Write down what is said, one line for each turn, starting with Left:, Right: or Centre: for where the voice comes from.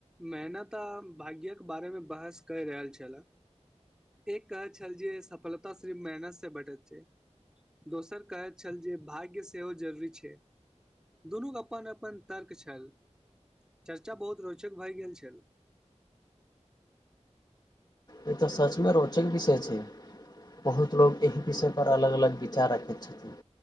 Centre: मेहनत आ भाग्यके बारेमे बहस कहि रहल छलए एक कहैत छल जे सफलता सिर्फ मेहनतसँ बेटैत छै दोसर कहैत छल जे भाग्य सेहो जरूरी छै दुनूक अपन अपन तर्क छल चर्चा बहुत रोचक भए गेल छल
Left: ई तऽ सचमे रोचक विषय छै बहुत लोक एहि विषयपर अलग अलग विचार राखैत छथिन